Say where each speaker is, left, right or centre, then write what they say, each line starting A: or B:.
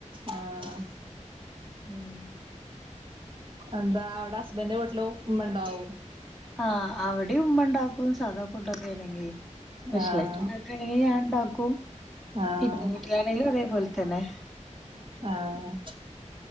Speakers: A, on the right; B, in the centre.
A: ആഹ്
B: <inaudible>
A: എന്താ അവടെ ഹസ്ബൻന്റെ വീട്ടിലും ഉമ്മ ഇണ്ടാവും
B: ആഹ് അവടെയും ഉമ്മ ഉണ്ടാക്കും സാദാ ഫുഡ് ഒക്കെ ആണെങ്കി സ്പെഷ്യലായിട്ട്
A: ആഹ്
B: ഇണ്ടാക്കണേ ഞാൻ ണ്ടാക്കും
A: ആഹ്
B: ഇന്റെ വീട്ടിലാണെലും അതേപോലെ തന്നെ
A: ആഹ്